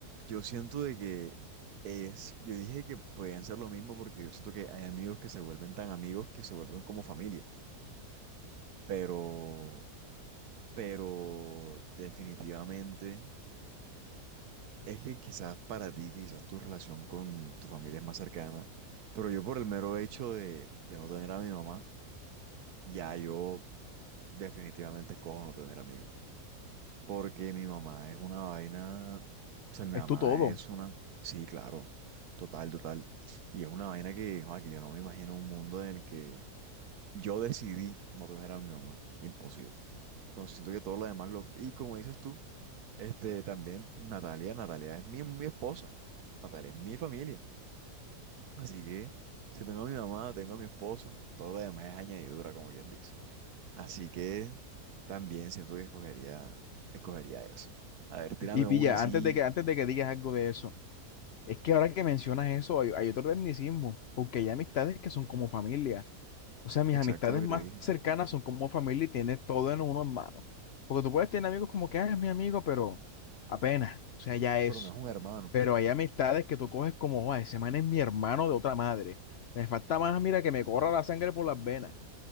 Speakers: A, on the right (about 70°); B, on the left (about 70°).
A: Yo siento de que es, yo dije que podían ser lo mismo porque yo siento que hay amigos que se vuelven tan amigos que se vuelven como familia. Pero, pero definitivamente. Es que quizás para ti, quizás tu relación con tu familia es más cercana, pero yo por el mero hecho de, de no tener a mi mamá, ya yo definitivamente escojo no tener amigos. Porque mi mamá es una vaina, o sea, mi
B: Es
A: mamá
B: tu todo.
A: es una, sí, claro, total, total. Y es una vaina que, joa, que yo no me imagino un mundo en el que yo decidí no tener a mi mamá. Imposible. Entonces siento que todo lo demás lo... Y como dices tú, este, también Natalia, Natalia es mi, mi esposa. Natalia es mi familia. Así que si tengo a mi mamá, tengo a mi esposa, todo lo demás es añadidura, como quien dice. Así que también siento que escogería, escogería eso. A ver, tírame
B: Y pilla,
A: una así,
B: antes de que, antes de que digas algo de eso, es que ahora que mencionas eso, hay, hay otro tecnicismo, porque hay amistades que son como familia. O sea, mis
A: exacto
B: amistades
A: lo que
B: más
A: te dije.
B: cercanas son como familia y tiene todo en uno en mano. Porque tú puedes tener amigos como que, ah, es mi amigo, pero apenas, o sea, ya eso.
A: Pero no es un hermano,
B: Pero hay amistades que tú coges como, "Guau, ese man es mi hermano de otra madre. Me falta más, mira, que me corra la sangre por las venas.